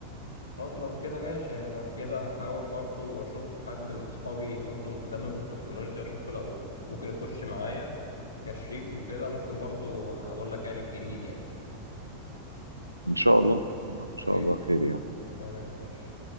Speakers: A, on the left; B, on the right.
A: طب لو كده ماشي يعني لو كده هحاول برضو اشوف حد من صحابي برضو مهتم بالتكنولوجيا اشوفه لو ممكن يخش معايا كشريك وكده ممكن برضو هقول لك يعني الجديد يعني
B: ان شاء الله ان شاء
A: ماشي
B: الله خير يعني
A: تمام ماشي